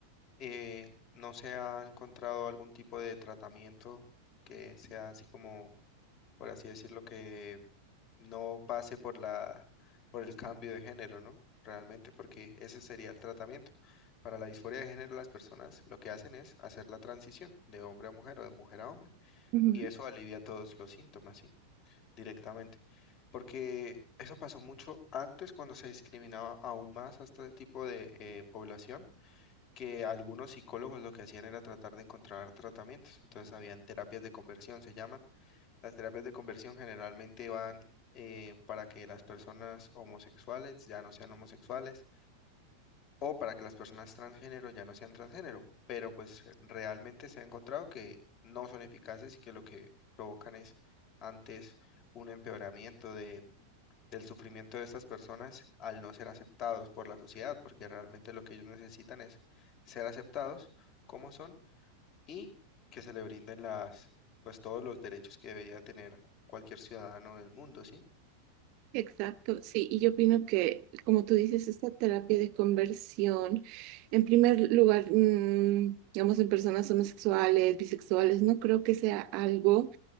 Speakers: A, on the left (about 35°); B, on the right (about 45°).
A: eh, no se ha encontrado algún tipo de tratamiento que sea así como, por así decirlo, que no pase por la, por el cambio de género, ¿no? Realmente, porque ese sería el tratamiento. Para la disforia de género, las personas lo que hacen es hacer la transición de hombre a mujer o de mujer a hombre,
B: Ujú,
A: y eso alivia todos los síntomas, ¿sí? Directamente. Porque eso pasó mucho antes cuando se discriminaba aún más a este tipo de eh, población, que algunos psicólogos lo que hacían era tratar de encontrar tratamientos. Entonces, habían terapias de conversión, se llaman las terapias de conversión generalmente van eh, para que las personas homosexuales ya no sean homosexuales o para que las personas transgénero ya no sean transgénero, pero pues realmente se ha encontrado que no son eficaces y que lo que provocan es antes un empeoramiento de, del sufrimiento de estas personas al no ser aceptados por la sociedad, porque realmente lo que ellos necesitan es ser aceptados como son y que se le brinden las, pues todos los derechos que debería tener cualquier ciudadano del mundo, ¿sí?
B: Exacto, sí, y yo opino que, como tú dices, esta terapia de conversión, en primer lugar, mm, digamos, en personas homosexuales, bisexuales, no creo que sea algo